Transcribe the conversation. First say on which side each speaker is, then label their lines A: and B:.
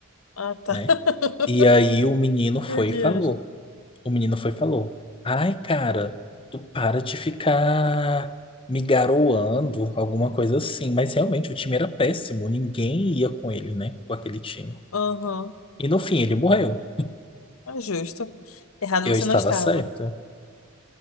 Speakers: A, on the left; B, on the left.
A: Ah, tá.
B: né?
A: <laughs>
B: E aí o menino foi
A: Ai, que
B: e falou.
A: anjo.
B: O menino foi e falou: Ai, cara, tu para de ficar me garoando, alguma coisa assim. Mas realmente o time era péssimo, ninguém ia com ele, né? Com aquele time.
A: Uhum.
B: E no fim ele morreu.
A: É justo. Errado
B: Eu
A: você
B: estava
A: não estava.
B: certo.